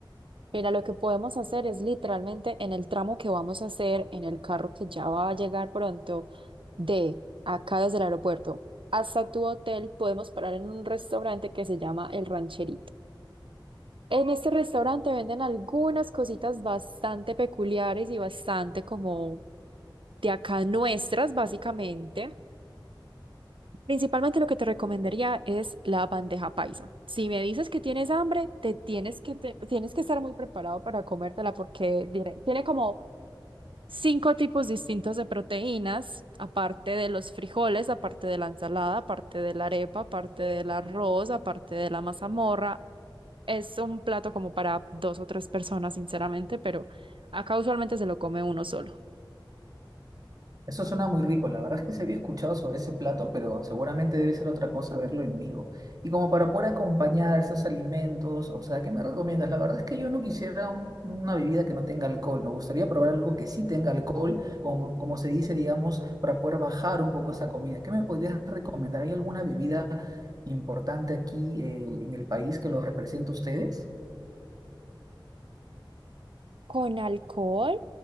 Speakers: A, on the right; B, on the right.
A: Mira, lo que podemos hacer es literalmente en el tramo que vamos a hacer, en el carro que ya va a llegar pronto, de acá desde el aeropuerto hasta tu hotel, podemos parar en un restaurante que se llama El Rancherito. En este restaurante venden algunas cositas bastante peculiares y bastante como de acá nuestras, básicamente. Principalmente lo que te recomendaría es la bandeja paisa. Si me dices que tienes hambre, te tienes que, te- tienes que estar muy preparado para comértela porque dire- tiene como cinco tipos distintos de proteínas, aparte de los frijoles, aparte de la ensalada, aparte de la arepa, aparte del arroz, aparte de la mazamorra. Es un plato como para dos o tres personas, sinceramente, pero acá usualmente se lo come uno solo.
B: Eso suena muy rico, la verdad es que se había escuchado sobre ese plato, pero seguramente debe ser otra cosa verlo en vivo. Y como para poder acompañar estos alimentos, o sea, ¿qué me recomiendas? La verdad es que yo no quisiera un- una bebida que no tenga alcohol, me gustaría probar algo que sí tenga alcohol, como, como se dice, digamos, para poder bajar un poco esa comida. ¿Qué me podrías recomendar? ¿Hay alguna bebida importante aquí eh, en el país que lo represente a ustedes?
A: Con alcohol,